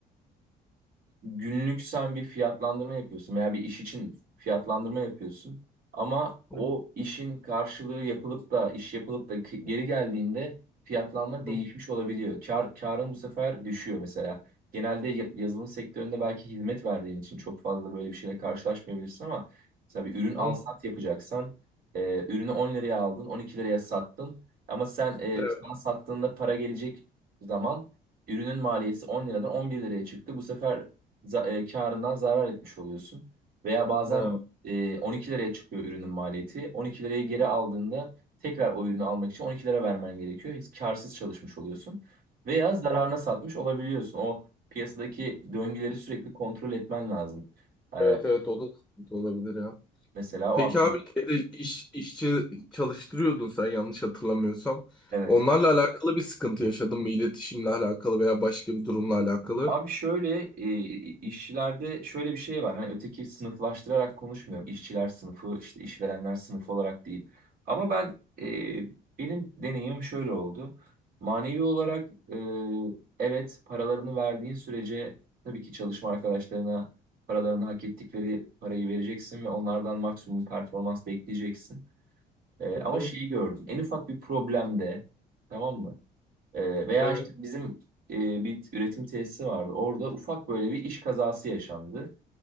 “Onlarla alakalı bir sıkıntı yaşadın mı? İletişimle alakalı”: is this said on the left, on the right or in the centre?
Centre